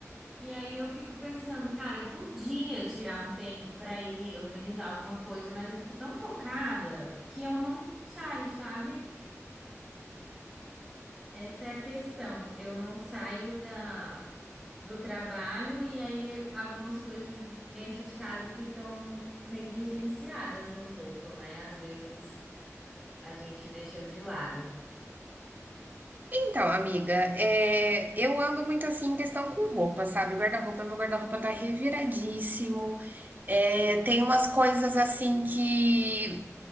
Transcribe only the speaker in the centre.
E aí eu fico pensando, cara, eu podia tirar um tempo pra ir organizar alguma coisa, mas eu fico tão focada que eu não saio, sabe? Essa é a questão. Eu não saio da do trabalho e aí algumas coisas dentro de casa ficam negligenciadas um pouco, né? Às vezes a gente deixa de lado.